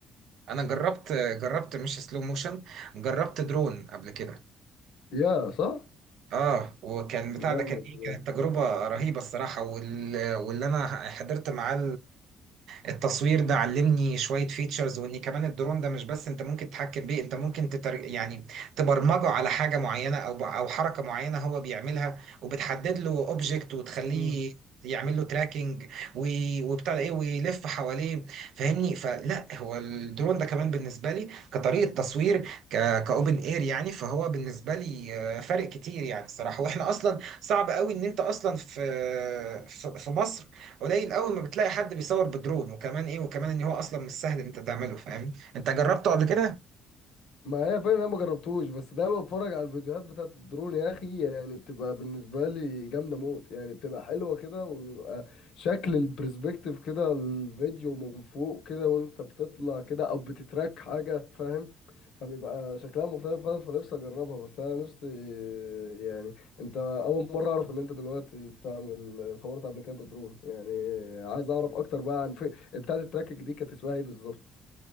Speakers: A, on the right; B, on the left.
A: انا جربت جربت مش سلو موشن جربت درون قبل كده
B: يا صح
A: اه وكان بتاع
B: جامد
A: ده كان ايه كانت تجربه رهيبه الصراحه وال... واللي انا حضرت معاه التصوير ده علمني شوية فيتشرز وان كمان الدرون ده مش بس انت ممكن تتحكم بيه انت ممكن تتر... يعني تبرمجه على حاجة معينة او او حركة معينة هو بيعملها وبتحدد له اوبجكت وتخليه
B: جامد.
A: يعمل له تراكنج وبتاع ده ايه ويلف حواليه فاهمني فلا هو الدرون ده كمان بالنسبه لي كطريقه تصوير ك كاوبن اير يعني فهو بالنسبه لي آه، فارق كتير يعني الصراحه واحنا اصلا صعب قوي ان انت اصلا في في في مصر قليل قوي ما بتلاقي حد بيصور بدرون وكمان ايه وكمان ان هو اصلا مش سهل ان انت تعمله فاهم انت جربته قبل كده
B: ما هي فعلا انا ما جربتوش بس دايما بتفرج على الفيديوهات بتاعت الدرون يا اخي يعني بتبقى بالنسبه لي جامده موت يعني بتبقى حلوه كده وبيبقى شكل البرسبكتيف كده الفيديو من فوق كده وانت بتطلع كده او بتتراك حاجه فاهم فبيبقى شكلها مختلف خالص فنفسي اجربها بس انا نفسي يعني انت اول مره اعرف ان انت دلوقتي بتعمل صورت قبل كده بالدرون يعني عايز اعرف اكتر بقى عن في بتاعت التراكنج دي كانت اسمها ايه بالظبط